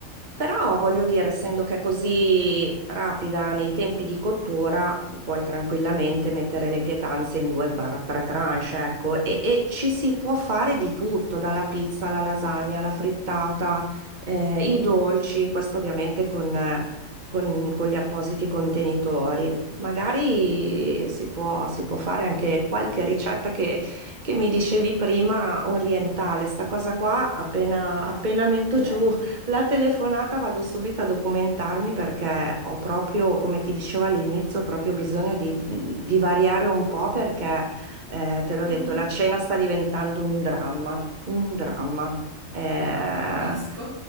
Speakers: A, on the right (about 35°); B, on the right (about 85°).
A: Però voglio dire, essendo che è così rapida nei tempi di cottura, puoi tranquillamente mettere le pietanze in due barra tre tranche, ecco, e e ci si può fare di tutto, dalla pizza alla lasagna, alla frittata eh, i dolci, questo ovviamente con, eh, con- con gli appositi contenitori. Magari si può, si può fare anche qualche ricetta che, che mi dicevi prima, orientale. Sta cosa qua, appena, appena metto
B: certo.
A: giù la telefonata, vado subito a documentarmi perché ho proprio, come ti dicevo all'inizio, proprio bisogno di, di- di variare un po' perché, eh, te l'ho detto,
B: Mhm,
A: la cena sta diventando un dramma, un dramma. Eh,
B: capisco.